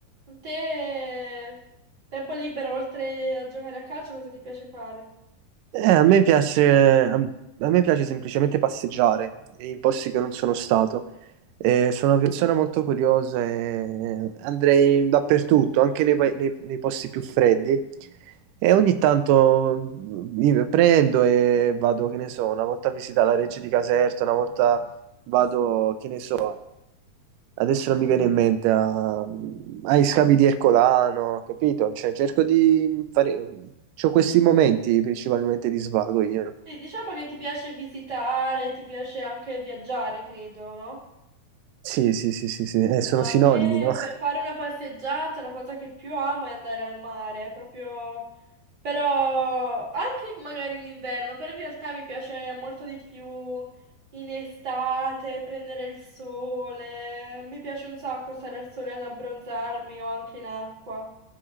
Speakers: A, on the right; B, on the right.
A: Te, tempo libero, oltre a giocare a calcio, cosa ti piace fare?
B: Eh, a me piace, a a me piace semplicemente passeggiare in posti che non sono stato. Eh, sono una persona molto curiosa e andrei dappertutto, anche nei, pa- nei- nei posti più freddi. E ogni tanto mi prendo e vado, che ne so, una volta a visitare la Reggia di Caserta, una volta vado, che ne so. Adesso non mi viene in mente, a- ai scavi di Ercolano, capito? Cioè, cerco di fare... C'ho questi momenti principalmente di svago io. no?
A: Sì, diciamo che ti piace visitare, ti piace anche viaggiare, credo, no?
B: Sì, sì, sì, sì, sì. Eh, sono
A: A
B: sinonimi,
A: me
B: no?
A: per fare una passeggiata la cosa che più amo è andare al mare, proprio... Però anche magari in inverno, però in realtà mi piace molto di più in estate, prendere il sole. Mi piace un sacco stare al sole ad abbronzarmi o anche in acqua.